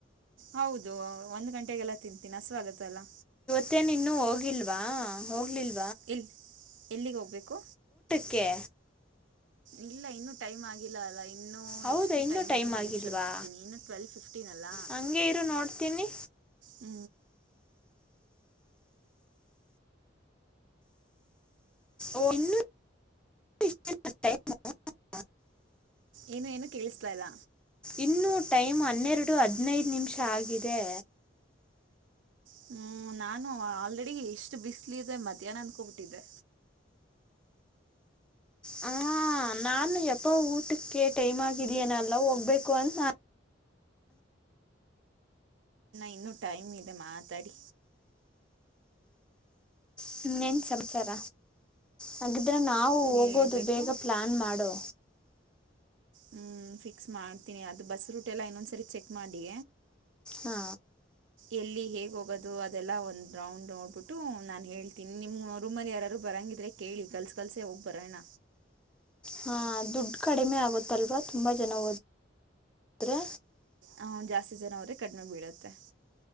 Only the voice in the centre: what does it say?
ಮತ್ತೆ ನಿ ಇನ್ನು ಹೋಗಿಲ್ವಾ ಹೋಗ್ಲಿಲ್
ಕೆೆ
ಹೌದಾ
ಇನ್ನೂ
ಟೈಮ್
ಆಗಿಲ್ವಾ
ಹಂಗೆ ಇರು ನೋಡ್ತೀನಿ
ಓ ಇನ್ನು <inaudible>
ಇನ್ನು ಟೈಮ್ ಹನ್ನೆರಡು ಹದ್ಿನೈದು ನಿಮಿಷ ಆಗಿದೆ
ಹ ನಾನು ಎಪ್ಪ ಊಟಕ್ಕೆ ಟೈಮ್ ಆಗಿದೀನಲ್ಲ ಹೋಗ್ಬೇಕು ಅಂತ
ಹ್ಮ್ ಏನ್ ಸಮಾಚಾರ ಹಾಗಿದ್ರೆ ನಾವು ಹೋಗೋದು
ಬೇಗ ಪ್ಲಾನ್ ಮಾಡೋ
ಹಾ
ಹಾಂ ದುಡ್ಡು ಕಡಿಮೆ ಆಗುತ್ತಲ್ವಾ ತುಂಬ ಜನ ಓದರೆ